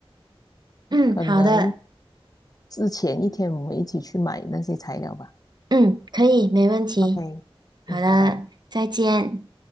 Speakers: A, on the right; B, on the left.
A: 嗯，
B: 可能
A: 好的，
B: 之前一天我们一起去买那些材料吧。
A: 嗯，可以，没问题。
B: OK，
A: 好的，
B: 嗯，拜拜。
A: 再见。